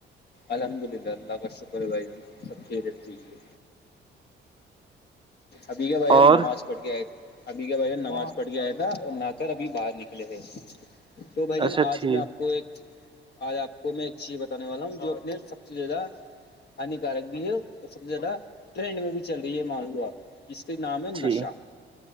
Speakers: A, on the left; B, on the right.
A: الحمد للہ اللہ کا شکر بھائیان خیرتی ہے ابھی کیا بھ
B: اور
A: نماز پٹ گیائے ابھی کے وجہ نماز پڑھ گیا آیا تھا نہ کر ابھی باہر نکلے تھے تو بھ جان
B: اچھا
A: آج
B: ٹھیک
A: میں آپ کو کو ایک آج آپ کو میں ایک چیز بتانے والا ہوں جو اپنے سب سے زیادہ ہانیکارک بھی ہے اور سب سے زیادہ ٹرینڈ میں بھی چل رہی ہے مان لو آپ اس کے نام ہے نشا
B: ٹھیک